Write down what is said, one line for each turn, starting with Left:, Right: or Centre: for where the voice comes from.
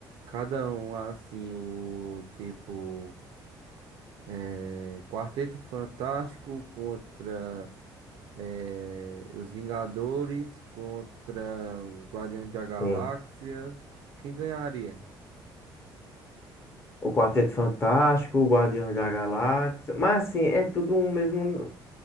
Right: cada um assim, o tipo. É, Quarteto Fantástico contra é, os Vingadores, contra os Guardiões da Galáxia.
Left: Sim.
Right: Quem ganharia?
Left: O Quarteto Fantástico, o Guardiões da Galáxia. Mas assim, é tudo um mesmo.